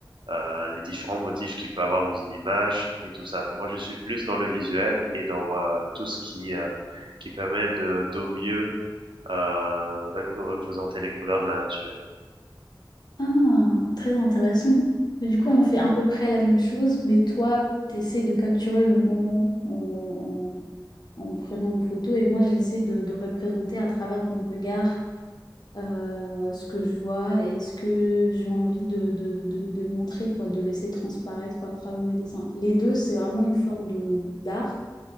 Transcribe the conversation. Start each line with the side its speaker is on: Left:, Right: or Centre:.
Right: euh, les différents motifs qu'il peut avoir dans une image et tout ça. Moi, je suis plus dans le visuel et dans euh, tout ce qui, euh, qui permet de, d'au mieux euh, rep- représenter les couleurs de la nature.
Left: Ah, très intéressant. Mais du coup, on fait à peu près la même chose, mais toi, t'essaies de capturer le moment en, en- en me prenant en photo et moi, j'essaie de, de représenter à travers mon regard euh, ce que je vois et ce que j'ai envie de, de, de, de montrer, quoi, de laisser transparaître à travers mes dessins. Les deux, c'est vraiment une forme de d'art.